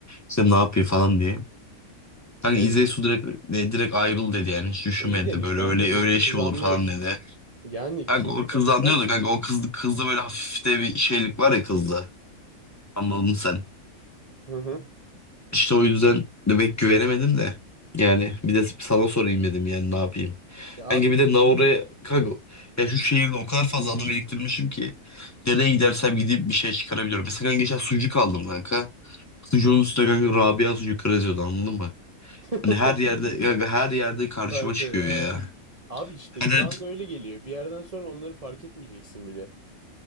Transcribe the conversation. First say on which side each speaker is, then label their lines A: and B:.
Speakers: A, on the left; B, on the right.
A: İşte ne yapıyor falan diye. Kanka
B: Ne?
A: İzzet Su direkt, e, direkt ayrıl dedi yani. Hiç düşünmedi
B: İyi demiş
A: böyle
B: kanka
A: öyle
B: kız,
A: öyle şey
B: kız anlıyor
A: olur falan
B: işte.
A: dedi.
B: Yani
A: Kanka
B: kimse
A: o kızdan
B: kabul etmez
A: diyordu
B: ki.
A: kanka o kız, kızda böyle hafif de bir şeylik var ya kızda. Anladın sen.
B: Hı hı.
A: İşte o yüzden de pek güvenemedim de. Yani bir de sana sorayım dedim yani ne yapayım.
B: Ya abi
A: Kanka bir de Naura'ya kanka ya şu şehirde o kadar fazla anı biriktirmişim ki nereye gidersem gideyim bir şey çıkarabiliyorum. Mesela kanka geçen sucuk aldım kanka. Sucuğun üstüne kanka Rabia sucuk yazıyordu anladın mı?
B: <laughs>
A: Hani her yerde kanka her yerde karşıma
B: Kanka
A: çıkıyor
B: ya.
A: ya.
B: Abi işte
A: Hani
B: şu anda öyle geliyor. Bir yerden sonra onları fark etmeyeceksin bile.